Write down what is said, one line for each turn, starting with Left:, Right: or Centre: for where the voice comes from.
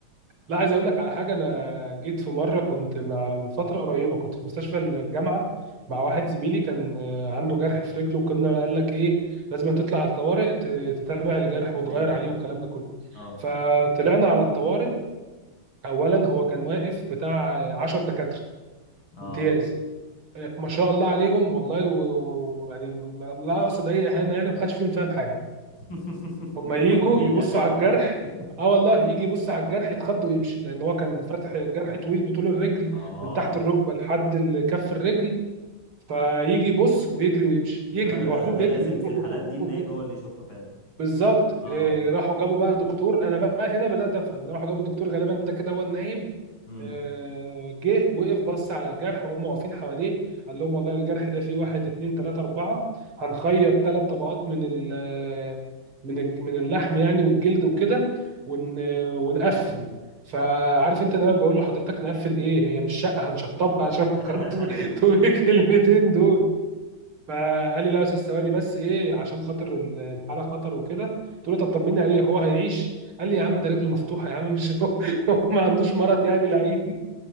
Right: لا عايز اقول لك على حاجه انا جيت في مره كنت مع من فتره قريبه كنت في مستشفى الجامعه مع واحد
Left: مم.
Right: زميلي كان آه، عنده جرح في رجله وكنا قال لك ايه لازم تطلع على الطوارئ ت- تتابع الجرح
Left: تخيط
Right: وتغير عليه
Left: اه
Right: والكلام ده كله
Left: اه
Right: فطلعنا على الطوارئ اولا هو كان واقف بتاع آه، 10 دكاتره
Left: اه
Right: امتياز آه، ما شاء الله عليهم والله و- و- ويعني م- لا اقصد اي اهانه يعني محدش فيهم فاهم حاجه
Left: <laughs>
Right: هما يجوا
Left: ما طبيعي
Right: يبصوا
Left: هتلاقيه
Right: على
Left: في
Right: الجرح
Left: الأف-
Right: اه والله يجي يبص على الجرح يتخض ويمشي لان هو كان فاتح جرح طويل بطول الرجل
Left: <laughs> اه
Right: من تحت الركبه لحد ال- كف الرجل فيجي يبص ويجري ويمشي
Left: لا
Right: يجري
Left: ده
Right: هو عارفين
Left: ده
Right: بيجري
Left: لازم في
Right: <laughs>
Left: الحالات دي النايب هو اللي يشوفها فعلا
Right: بالظبط
Left: اه
Right: إيه، راحوا جابوا بقى دكتور انا بقى هنا بدات افهم راحوا جابوا دكتور غالبا ده كده هو النايب
Left: امم
Right: آه، جه وقف بص على الجرح وهم واقفين حواليه قال لهم والله الجرح ده فيه واحد اتنين تلاته اربعه هنخيط ثلاث طبقات من ال من الج- من اللحم يعني والجلد وكده ون ونقفل فعارف انت انا بقول لحضرتك نقفل ايه هي مش شقه هنشطبها عشان
Left: <laughs>
Right: خاطر <laughs> تقول الكلمتين دول فقال لي لا يا استاذ ثواني بس ايه عشان خاطر ال- الحاله خطر وكده قلت له طب طمني عليه هو هيعيش قال لي يا عم ده رجله مفتوحه يا عم مش هو <laughs> هو ما عندوش مرض يعني لعين